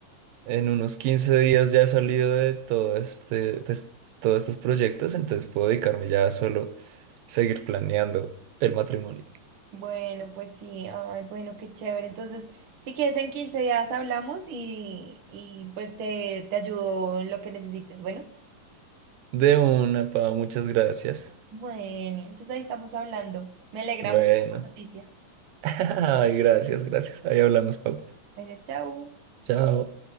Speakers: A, on the right; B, on the right.
A: en unos 15 días ya he salido de todo este, de es- todos estos proyectos, entonces puedo dedicarme ya a solo seguir planeando el matrimonio.
B: Bueno, pues sí, ay, bueno, qué chévere. Entonces, si quieres, en 15 días hablamos y, y pues te, te ayudo en lo que necesites. Bueno,
A: De una, Pau, muchas gracias.
B: bueno, entonces ahí estamos hablando. Me alegra
A: Bueno.
B: mucho la noticia.
A: <laughs> Ay, gracias, gracias. Ahí hablamos, Pau.
B: Bueno, chao.
A: Chao.